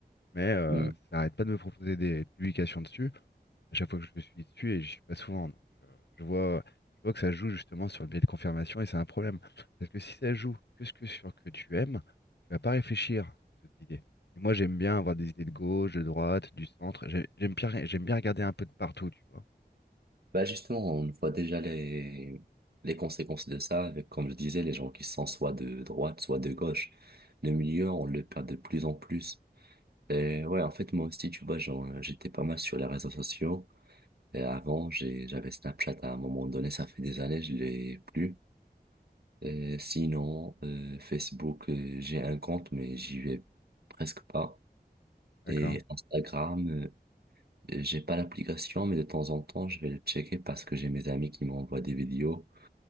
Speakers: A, on the left; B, on the right.
A: mais euh,
B: Hmm.
A: ça n'arrête pas de me proposer des publications dessus. À chaque fois que je suis dessus, et je suis pas souvent, donc euh, je vois, je vois que ça joue justement sur le biais de confirmation, et c'est un problème. Parce que si ça joue que ce que sur que tu aimes, tu vas pas réfléchir aux autres idées Et moi, j'aime bien avoir des idées de gauche, de droite, du centre. J'ai- J'aime bien, j'aime bien regarder un peu de partout, tu vois.
B: Bah justement, on voit déjà les, les conséquences de ça, avec, comme je disais, les gens qui sont soit de droite, soit de gauche. Le milieu, on le perd de plus en plus. Et ouais, en fait, moi aussi, tu vois, genre, euh, j'étais pas mal sur les réseaux sociaux. Et avant, j'ai, j'avais Snapchat à un moment donné, ça fait des années, je l'ai plus. Et sinon, euh, Facebook, euh, j'ai un compte, mais j'y vais presque pas.
A: D'accord.
B: Et Instagram, euh, j'ai pas l'application, mais de temps en temps, je vais le checker parce que j'ai mes amis qui m'envoient des vidéos,